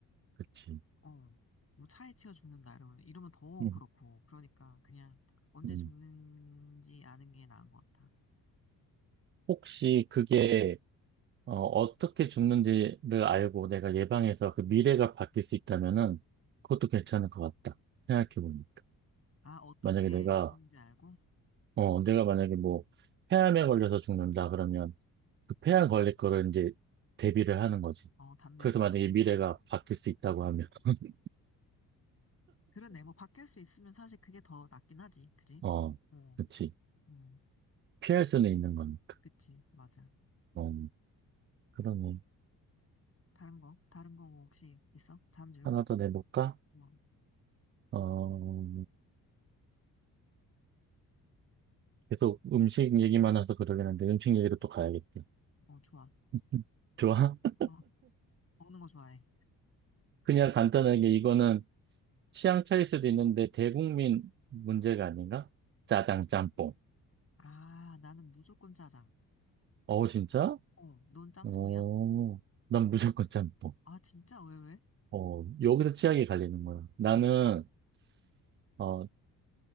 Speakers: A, on the right; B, on the left.
A: 그치.
B: 어, 뭐 차에 치여 죽는다 이러면 이러면 더
A: 음,
B: 그렇고 그러니까 그냥 언제
A: 음.
B: 죽는지 아는 게 나은 것 같아.
A: 혹시 그게 어, 어떻게 죽는지를 알고 내가 예방해서 그 미래가 바뀔 수 있다면은 그것도 괜찮을 것 같다. 생각해보니까.
B: 아, 어떻게
A: 만약에 내가
B: 죽는지 알고
A: 어, 내가 만약에 뭐 폐암에 걸려서 죽는다 그러면 그 폐암 걸릴 거를 이제 대비를 하는 거지.
B: 어, 담배
A: 그래서
B: 안
A: 만약에
B: 피고
A: 미래가 바뀔 수 있다고 하면 <laughs>
B: 그러네. 뭐 바뀔 수 있으면 사실 그게 더 낫긴 하지. 그지?
A: 어,
B: 어,
A: 그렇지.
B: 음,
A: 피할 수는 있는 거니까.
B: 그치. 맞아.
A: 어, 그러네.
B: 다른 거? 다른 거 뭐 혹시 있어? 다음 질문?
A: 하나 더 내볼까?
B: 어,
A: 어, 계속 음식 얘기만 해서 그러긴 한데 음식 얘기로 또 가야겠다.
B: 어, 좋아.
A: <laughs> 좋아? <laughs>
B: 어, 먹는 거 좋아해.
A: 그냥 간단하게 이거는 취향 차일 수도 있는데 대국민 문제가 아닌가? 짜장 짬뽕.
B: 아, 나는 무조건 짜장.
A: 어우, 진짜?
B: 어, 넌 짬뽕이야?
A: 오, 난 무조건 짬뽕.
B: 아, 진짜? 왜, 왜?
A: 어, 여기서 취향이 갈리는 거야. 나는,
B: 아,
A: 어,